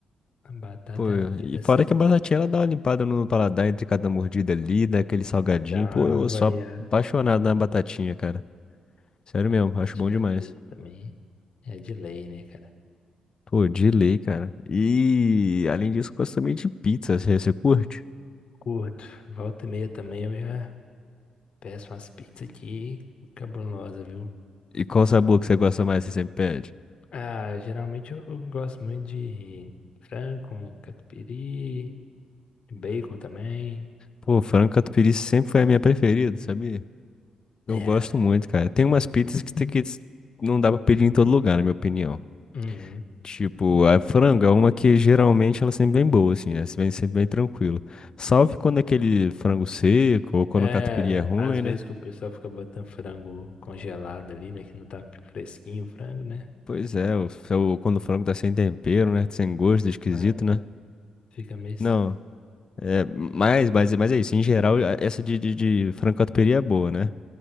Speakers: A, on the left; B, on the left.
A: A batata
B: Pô,
A: é a medida
B: e fora
A: certa.
B: que a batatinha ela dá uma limpada no paladar entre cada mordida ali, dá aquele salgadinho.
A: Dá
B: Pô, eu
A: uma variada.
B: sou apaixonado na batatinha, cara. Sério
A: Batatinha
B: mesmo, acho bom demais.
A: frita também é de lei, né, cara?
B: Pô, de lei, cara. E além disso, eu gosto também de pizza. Você, você curte?
A: Curto. Volta e meia também eu já peço umas pizzas aqui cabulosa, viu?
B: E qual sabor que você gosta mais? Você sempre pede?
A: Ah, geralmente eu eu gosto muito de frango com catupiry, bacon também.
B: Pô, frango catupiry sempre foi a minha preferida, sabia? Eu
A: É.
B: gosto muito, cara. Tem umas pizzas que tem que não dá pra pedir em todo lugar, na minha opinião.
A: Uhum.
B: Tipo, a frango é uma que geralmente ela é sempre bem boa, assim, né? Você vem sempre bem tranquilo. Salve quando é aquele frango seco ou quando
A: É,
B: o catupiry é ruim,
A: às vezes
B: né?
A: que o pessoal fica botando frango congelado ali, né? Que não tá fresquinho o frango, né?
B: Pois é, o, é o- quando o frango tá sem tempero, né? Sem gosto, esquisito,
A: É.
B: né?
A: Fica meio estranho.
B: Não, É, mas, mas, mas é isso, em geral, a- essa de, de, de frango-catupiry é boa, né?